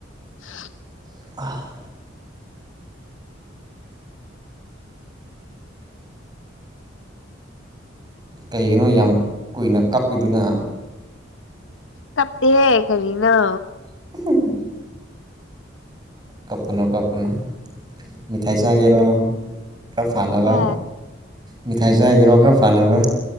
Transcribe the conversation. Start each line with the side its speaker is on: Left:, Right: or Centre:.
Left: ꯎ
Right: <unintelligible> ꯀꯩꯒꯤꯅꯣ ꯌꯥꯝ ꯀꯨꯏꯅ ꯀꯥꯞꯄꯤꯗꯨꯅ꯫
Left: ꯀꯞꯇꯦꯍꯦ ꯀꯔꯤꯅꯣ꯫
Right: <unintelligible> ꯀꯞꯄꯨꯅꯣ ꯀꯞꯄꯨꯅꯣ ꯃꯤꯊꯥꯏ ꯆꯒꯦꯔꯣ꯫ ꯈꯔ ꯐꯥꯟꯅꯕ
Left: ꯑ
Right: ꯃꯤꯊꯥꯏ ꯆꯒꯦꯔꯣ ꯈꯔ ꯐꯥꯟꯅꯕ꯫